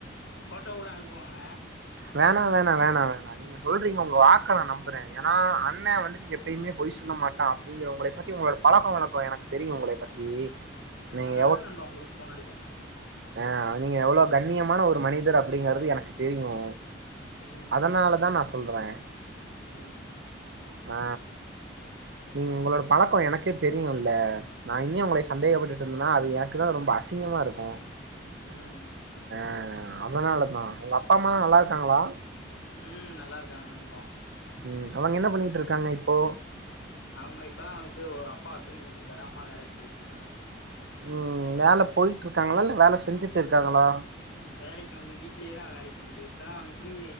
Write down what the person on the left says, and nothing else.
ஃபோட்டோ கூட அனுப்புவாங்க
ம்,
ம்
அத்னாலதா நண்பா உங்குளுக் ஃபோன் அடிச்சே நானு
ம்,
ம் ம்
ம்.
ம்
ம் நல்லா இருக்காங்க நண்பா
அவுங்க இப்பதா வந்துட்டு ஒரு அப்பா தூங்கிட்டு இருக்காரு அம்மா வேலைக்கு போயிட்டு இருக்காங்க
வேலைக்கு வந்து வீட்லயேதா வேலைக்கு செஞ்சு இப்பதா அந் துணி